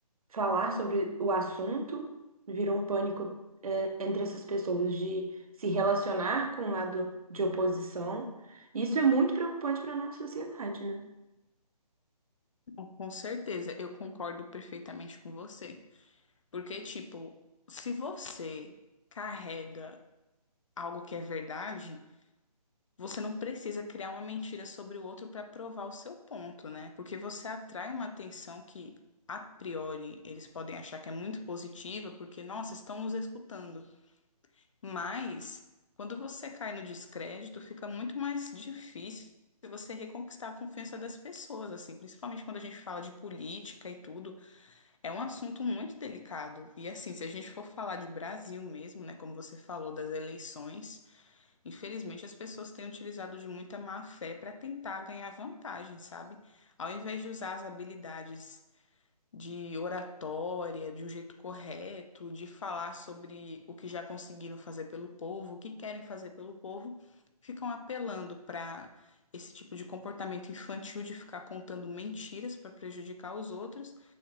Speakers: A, on the right; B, on the left.
A: falar sobre o assunto virou um pânico é, entre essas pessoas de se relacionar com o lado de oposição. Isso é muito preocupante para a nossa sociedade, né?
B: Bom, Com certeza, eu concordo perfeitamente com você. Porque, tipo, se você carrega algo que é verdade. Você não precisa criar uma mentira sobre o outro para provar o seu ponto, né? Porque você atrai uma atenção que, a priori, eles podem achar que é muito positiva, porque, nossa, estão nos escutando. Mas, quando você cai no descrédito, fica muito mais difícil você reconquistar a confiança das pessoas, assim, principalmente quando a gente fala de política e tudo. É um assunto muito delicado. E, assim, se a gente for falar de Brasil mesmo, né, como você falou, das eleições. Infelizmente, as pessoas têm utilizado de muita má fé para tentar ganhar vantagem, sabe? Ao invés de usar as habilidades de oratória de um jeito correto, de falar sobre o que já conseguiram fazer pelo povo, o que querem fazer pelo povo, ficam apelando para esse tipo de comportamento infantil de ficar contando mentiras para prejudicar os outros.